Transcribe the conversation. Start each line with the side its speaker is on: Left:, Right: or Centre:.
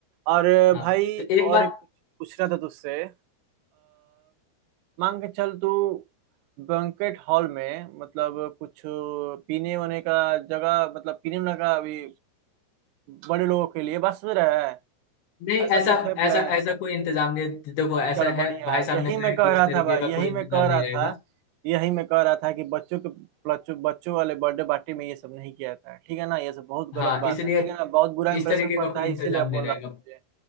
Right: और
Left: हाँ
Right: भाई
Left: तो एक
Right: और
Left: बात
Right: एक पूछना था तुझसे अ, मांग के चल तू बैंकेट हॉल में मतलब कुछ पीने होने का जगह मतलब पीने होने का भी बड़े लोगों के लिए बस में रहा है
Left: नहीं
Right: ऐसा
Left: ऐसा
Right: कुछ है प्लान
Left: ऐसा ऐसा कोई इंतजाम नहीं है देखो ऐसा
Right: चलो बढ़िया
Left: है भाई साहब
Right: यही
Left: ने
Right: मैं
Left: कहा है
Right: कह
Left: कि
Right: रहा
Left: इस तरीके
Right: था भाई
Left: का
Right: यही
Left: कोई इंतजाम
Right: मैं कह
Left: नहीं
Right: रहा था
Left: रहेगा
Right: यही मैं कह रहा था कि बच्चों के बच्चों बच्चों वाले बर्थडे पार्टी में ये सब नहीं किया जाता है ठीक है ना ये सब बहुत गलत
Left: हाँ
Right: बात
Left: इसलिए
Right: है ठीक है ना बहुत बुरा इंप्रेशन
Left: इस तरीके
Right: पड़ता
Left: का कोई
Right: है
Left: इंतजाम
Right: इसीलिए
Left: नहीं
Right: बोल
Left: रहेगा
Right: रहा हूँ मुझे